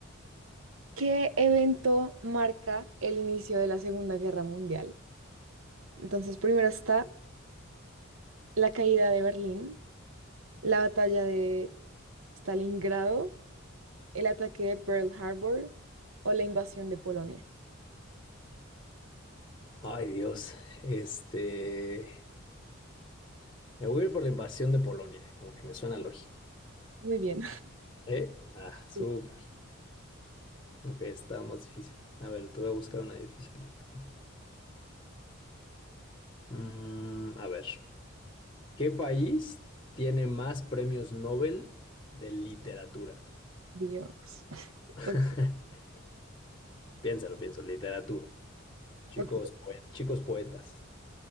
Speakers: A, on the right; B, on the left.
A: ¿Qué evento marca el inicio de la Segunda Guerra Mundial? Entonces, primero está la caída de Berlín, la batalla de Stalingrado, el ataque de Pearl Harbor o la invasión de Polonia.
B: Ay, Dios. Este. Me voy a ir por la invasión de Polonia, como que me suena lógico.
A: Muy bien.
B: ¿Eh? Ah, súper.
A: <laughs>
B: Aunque está más difícil. A ver, te voy a buscar una difícil yo también. Mm, a ver, ¿qué país tiene más premios Nobel de literatura?
A: Dios.
B: <laughs>
A: Ok,
B: Piénsalo, pienso, literatura. Chicos,
A: ok,
B: poe- chicos poetas.